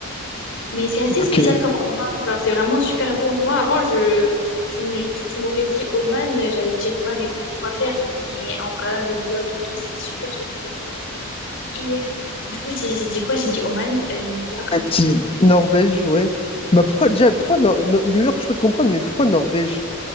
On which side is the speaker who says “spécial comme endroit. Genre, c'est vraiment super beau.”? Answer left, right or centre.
Left